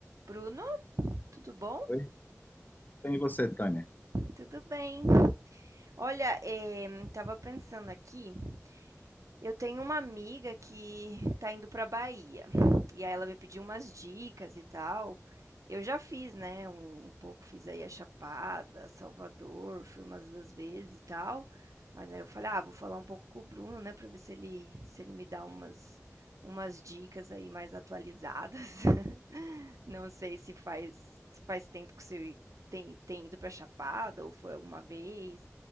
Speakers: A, on the right; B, on the left.
A: Bruno, tudo bom?
B: Oi, bem você, Tânia?
A: Tudo bem. Olha, eh, tava pensando aqui, eu tenho uma amiga que tá indo pra Bahia. E aí ela me pediu umas dicas e tal. Eu já fiz, né? Um, um pouco fiz aí a Chapada, Salvador, fui umas duas vezes e tal. Mas aí eu falei, ah, vou falar um pouco com o Bruno, né? Pra ver se ele, se ele me dá umas, umas dicas aí mais atualizadas. <laughs> Não sei se faz se faz tempo que você tem tem ido para Chapada ou foi alguma vez,